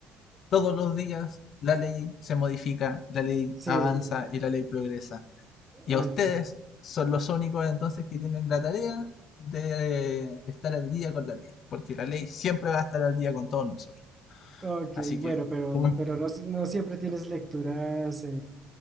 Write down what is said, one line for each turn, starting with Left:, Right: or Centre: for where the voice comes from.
Left: Todos los días la ley se modifica, la ley
Right: Sí,
Left: avanza y la ley progresa. Y
Right: ok,
Left: a ustedes son los únicos entonces que tienen la tarea de estar al día con la ley, porque la ley siempre va a estar al día con todos nosotros.
Right: ok,
Left: Así que,
Right: bueno, pero,
Left: como,
Right: pero no, si- no siempre tienes lecturas eh,